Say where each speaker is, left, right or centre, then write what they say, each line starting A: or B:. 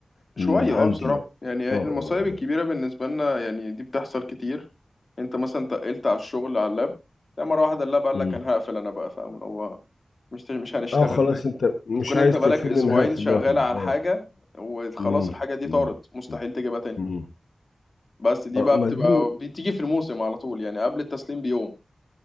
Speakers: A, on the left; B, on the left.
A: شوية
B: من عندي
A: اه بصراحة
B: يعني
A: يعني
B: اه
A: المصايب
B: اه لا.
A: الكبيرة بالنسبة لنا يعني دي بتحصل كتير انت مثلا تقلت على الشغل على اللاب لا مرة واحدة اللاب قال
B: مم.
A: لك انا هقفل انا بقى فاهم اللي هو مش مش هنشتغل
B: اه خلاص
A: تاني
B: انت مش
A: انت كنت
B: عايز
A: انت بقالك
B: تقفلني
A: اسبوعين
B: انا هقفل
A: شغال
B: لوحدي
A: على
B: اه
A: حاجة وخلاص
B: مم.
A: الحاجة دي
B: مم.
A: طارت مستحيل
B: مم.
A: تجيبها تاني
B: مم.
A: بس دي
B: اه
A: بقى بتبقى
B: ما دي
A: بتيجي في الموسم على طول يعني قبل التسليم بيوم